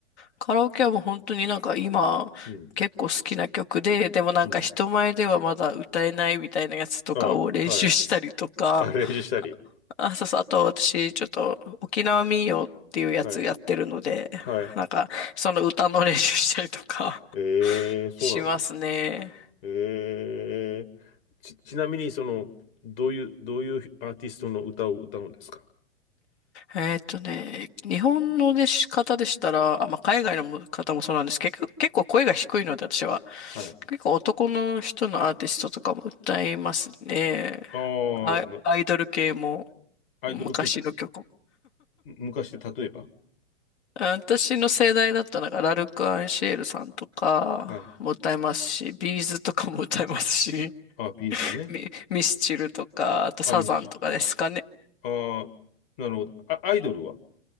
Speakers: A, on the left; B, on the left.
A: カラオケはもう本当になんか今結構好きな曲で、
B: うん、
A: でもなんか人前ではまだ歌えないみたいなやつとかを練習したりとか、
B: うん。あ、はい。あ、練習したり。
A: あ、そうそう、あと私ちょっと沖縄民謡っていうやつやってるので、
B: はい。はい。
A: なんかその歌の練習したりとか
B: えー、
A: <laughs>
B: そうなんです。
A: しますね。
B: えー、ち、ちなみに、その、どういう、どういうアーティストの歌を歌うんですか
A: えーっとね、日本の出し方でしたら、あ、まあ、海外のも方もそうなんですけど、結構結構声が低いので私は、
B: はい。
A: 結構男の人のアーティストとかも歌いますね。
B: あ
A: アイ、
B: あ、な
A: アイドル系も
B: アイドル系、
A: 昔の曲。
B: 昔で例えば
A: 私の世代だったら、なんかラルク・アンシエルさんとかも歌いますし、
B: はい。
A: ビーズとかも歌いますし、
B: あ、ビーズね。
A: <laughs> ミ、ミスチルとか、あとサザンとかですかね。
B: あ、メッシュ。ああ、なるほど。あ、アイドルは